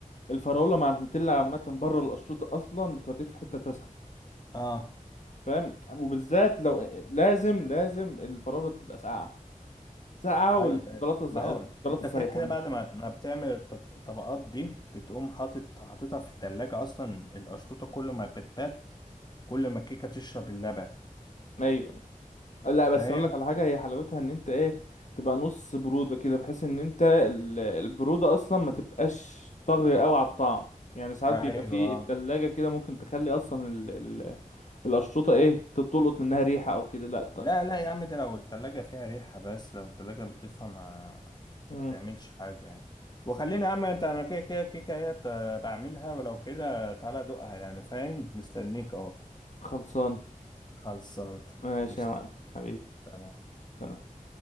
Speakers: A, on the left (about 55°); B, on the left (about 30°).
A: الفراوله مع النوتيلا عامه بره الاشطوطه اصلا بتوديك في حته تسعه
B: اه
A: فاهم وبالذات لو لازم لازم الفراوله تبقى ساقعه ساقعه والشوكولاته
B: أي-
A: سا-
B: ما هو
A: الشوكولاته
B: انت كده
A: سايحه
B: كده
A: مش
B: بعد ما ما بتعمل الط- الطبقات دي بتقوم حاطط حاططها في التلاجة اصلا القشطوطة كل ما بتبات كل ما الكيكة تشرب اللبن
A: ايوه لا بس
B: فاهم
A: اقول لك على حاجه هي حلاوتها ان انت ايه تبقى نص بروده كده بحيث ان انت ال- البروده اصلا ما تبقاش طاغيه قوي على الطعم يعني ساعات
B: ايوه
A: بيبقى في التلاجة كده ممكن تخلي اصلا ال ال الاشطوطه ايه تلقط منها ريحه او كده لا طن
B: لا لا يا عم ده لو التلاجة فيها ريحة بس لو التلاجة لطيفة ما
A: مم.
B: ما تعملش حاجة يعني وخلينا يا عم انت انا كده كده الكيكة هي ت- بعملها ولو كده تعالى دوقها يعني فاهم مستنيك اهو
A: خلصان
B: خلصان
A: ماشي
B: قشطة
A: يا معلم حبيبي
B: سلام.
A: سلام.